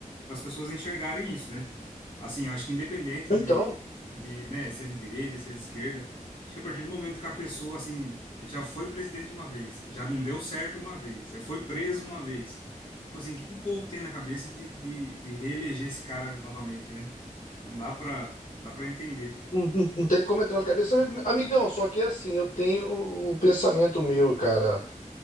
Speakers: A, on the left; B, on the left.
A: as pessoas enxergarem isso, né? Assim, eu acho que independente
B: Então.
A: de, de, né, se é de direita, se é de esquerda, acho que a partir do momento que a pessoa, assim, já foi presidente uma vez, já não deu certo uma vez, já foi preso uma vez. Tipo assim, o que que o povo tem na cabeça de, de, de reeleger esse cara novamente, né? Não dá pra, não dá pra entender.
B: Não não tem como entrar na cabeça, amigão. Só que é assim, eu tenho o, o pensamento meu, cara.